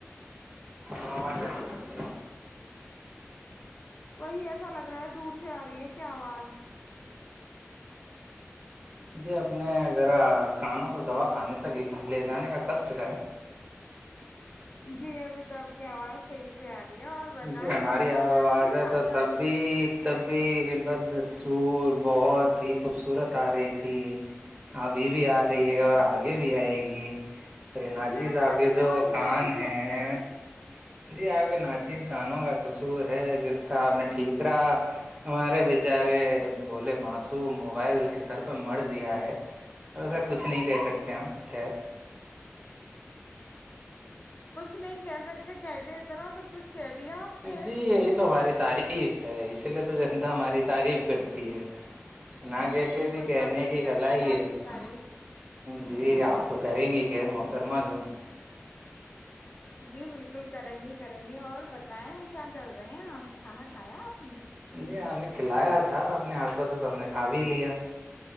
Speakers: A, on the right (about 30°); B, on the left (about 30°).
A: <unintelligible>
B: وہی ایسا لگ رہا ہے دور سے آ رہی ہے کیا آج
A: جی اپنے ذرا کانوں کو دبا کھے تک لے جانے کا کس کرر
B: جی ابھی تو آپ کی آواز صحیح سے آ رہی ہے اور بتائیں
A: جی ہماری
B: کون کون
A: آواز
B: آپ کے
A: ہے
B: خاندان
A: تو تب بھی
B: میں
A: تب بھی بدسور بہت ہی خوبصورت آ رہی تھی ابھی بھی آ رہی ہے اور آگے بھی آئے گی ا ناچیزاحب
B: جی ویسے آپ
A: کے
B: کی
A: جو
B: آواز
A: کان
B: ہے ہی خوبصورت
A: ہیں جی آپ کے ناطذ کانوں کا قصور ہے جس کا آپ نے ٹھیکرا ہمارے بیچارے بھولے معصوم موبائل کے سر پہ مر دیا ہے ایسا کچھ نہیں کہہ سکتے ہم خیر
B: کچھ نہیں کہہ سکتے کہ کے ادنا سب کچھ کہہ لیا آپ نے
A: جی یہ یہ تو ہماری تعریف ہے اسی لیے تو جنتا ہماری تعریف کرتی ہے نہ کہہ
B: جی
A: کے
B: ہم
A: بھی
B: کچھ
A: کہنے
B: زیادہ
A: کی
B: ہی
A: کلا
B: کرتے
A: ہی
B: ہیں آپ
A: ہے
B: کی تعریف
A: جی آپ تو کریں گی غیر محترمہ جو ہیں
B: جی بالکل کریں گی کریں گی اور بتائیں کیا کر رہے ہیں آپ کھانا کھایا آپ نے
A: جی آپ نے کھلایا تھا اپنے ہاتھوں سے تو ہم نے کھا بھی لیا